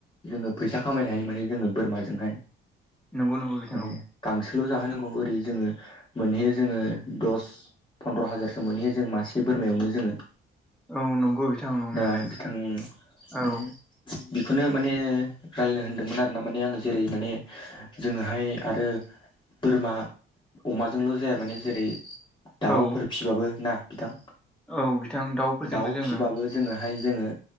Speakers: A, on the left; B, in the centre.
A: जोङो फैसा खामायनो हायो माने जोङो बोरमाजोंहाय
B: नंगौ नंगौ बिथां
A: माने
B: औ
A: गांसोल' जाहोनांगौ ओरै जोङो मोनहैयो जोङो दस फन्द्र' हाजारसो मोनहैयो जों मासे बोरमायावनो जोङो।
B: औ नंगौ बिथां नंनायालाय
A: ना बिथांनि माने
B: औ
A: बेखौनो माने रायलायनो होनदोंमोन आरोना माने आङो जेरै माने जोङोहाय आरो बोरमा अमाजोंल' जाया माने जेरै दाउफोर
B: औ
A: फिबाबो ना बिथां
B: औ बिथां दाउफोरजोंबो
A: दाउ
B: जोङो
A: फिबाबो जोङोहाय जोङो